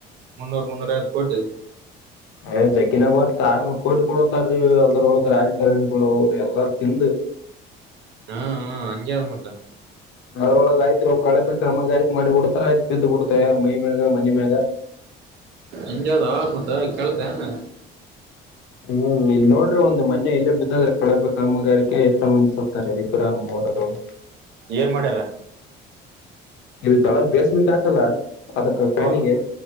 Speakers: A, on the right (about 65°); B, on the left (about 75°).
A: ಮುನ್ನೂರು ಮುನ್ನೂರತ್ ಕೊಟ್ಟ
B: ಯ ಜಕ್ಕಿನ ಅವತ್ ಆರ್ನೂರ್ ಕೋಟಿ ಕೊಡತ್ತಾರೀ ಎಲ್ಲರ ಒಳ ರಾಜಕಾರಣಿ ಕಡ ಅವ್ರಿ ಎಲ್ಲಾರ ತಿಂದ <unintelligible> <inaudible>
A: ಹಾ ಹಾ ಹಂಗ ಆನ್ ಮತ್ತ
B: ಅವದ್ರೊಳಗ ಆಯ್ತ್್ ಕಾೆ ಬ ಕಾಮಗಾರಿತ್ ಮಾಡಿ ಬಿಡ್ತಾರ ಆಯ್ತ ಬಿದ್ದ್ ಬಿಡ್ತ ಯಾರ ಮೈ ಮ್ಯಾಗ ಮನೆ ಮ್ಯಾಗ
A: ಎಂಜಾದಾ ಮದ ಕೇಳ್ತನೆ
B: ಹ್ಮ್ ಇಲ್ಲಿ ನೋಡ್ರಿ ಒಂದು ಮನೆ ಇಲ್ಲೇ ಬಿದ್ದಾದ್ರೆ ಕಡಪೆ ಕಾಮಗಾರಿಕ ಎಷ್ಟೋ ಮಂದ ಸತಾರೆ ಇಬ್ರಾನ್ ರ <inaudible>
A: ಏನ್ ಮಾಡ್ಯಾರ
B: ಇಲ್ಲಿ ಕಳರ್ ಬೇಸ್ಮೆಂಟ್ ಹಾಕಲ್ಲ ಅದಕ್ಕ ಪ್ಯಾನಿಗೆ
A: ಹೌದ